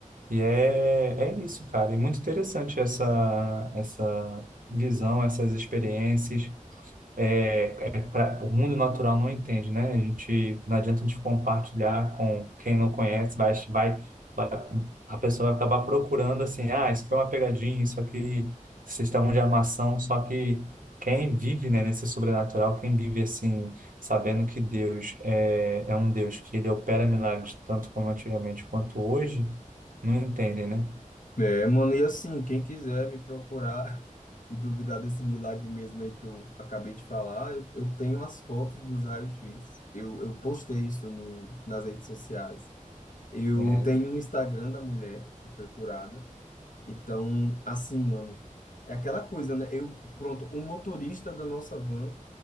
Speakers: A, on the right; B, on the left.
A: E é, é isso, cara. E muito interessante essa, essa visão, essas experiências. É, pra, o mundo natural não entende, né? A gente não adianta a gente compartilhar com quem não conhece, vai, vai a pessoa vai acabar procurando assim, ah, isso foi uma pegadinha, isso aqui, vocês estavam de armação, só que quem vive, né, nesse sobrenatural, quem vive assim, sabendo que Deus é, é um Deus que ele opera milagres tanto como antigamente quanto hoje, não entendem, né?
B: É, mano, e assim, quem quiser me procurar <laughs> e duvidar desse milagre mesmo aí que eu acabei de falar, eu, eu tenho as fotos dos raios-x. Eu, eu postei isso no, nas redes sociais. Eu
A: É,
B: tenho um Instagram da mulher que foi curada. Então, assim, mano, é aquela coisa, né? Eu, pronto, o motorista da nossa van,